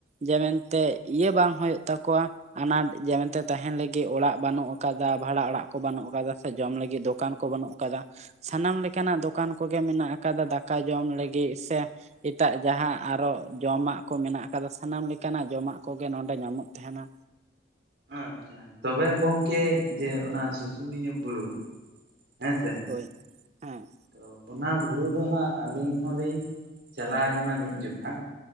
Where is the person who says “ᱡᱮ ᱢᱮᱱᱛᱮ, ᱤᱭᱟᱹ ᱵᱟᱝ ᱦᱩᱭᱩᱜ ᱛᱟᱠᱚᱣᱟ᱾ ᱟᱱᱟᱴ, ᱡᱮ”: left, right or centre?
Right